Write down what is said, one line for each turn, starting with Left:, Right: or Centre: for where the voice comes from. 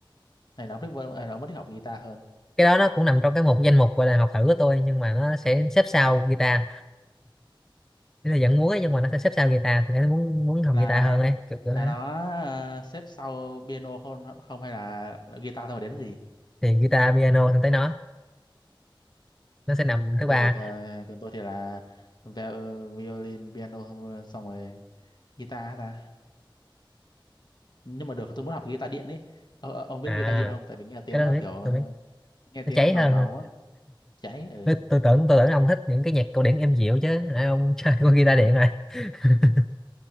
Left: Hay là ông thích hay là ông vẫn thích học guitar hơn?
Centre: Cái đó nó cũng nằm trong cái mục danh mục gọi là học thử của tôi nhưng mà nó sẽ xếp sau guitar. Thế là vẫn muốn ấy, nhưng mà nó sẽ xếp sau guitar, tôi thấy muốn muốn học
Left: Là
Centre: guitar hơn ấy, kiểu
Left: là
Centre: kiểu đó.
Left: nó ờ, xếp sau piano không không hay là guitar thôi mà đến gì?
Centre: Thì guitar, piano xong tới nó, nó sẽ nằm
Left: Còn
Centre: thứ ba.
Left: tôi thì tờ- còn tôi thì là ve- violin, piano xong rồi guitar ta. Nhưng mà được tôi muốn học guitar điện ấy. Ờ, ờ, ông biết
Centre: À,
Left: guitar điện không? Tại vì nghe tiếng
Centre: cái
Left: nó
Centre: đó tôi
Left: kiểu
Centre: biết, tôi biết.
Left: nghe tiếng
Centre: Nó cháy
Left: nó ngầu
Centre: hơn.
Left: ngầu á, cháy ừ.
Centre: Tôi, tôi tưởng tôi tưởng ông thích những cái nhạc cổ điển êm dịu chứ nãy ông <laughs> chơi con guitar điện rồi <laughs>